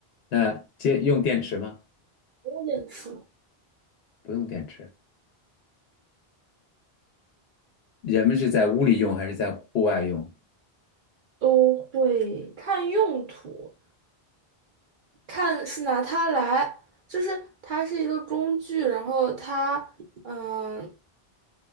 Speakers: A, on the left; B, on the right.
A: 那接用电池吗？
B: 有点吃
A: 不用电池。人们是在屋里用还是在户外用？
B: 都会看用途，看是拿它来，就是它是一个工具，然后它，嗯、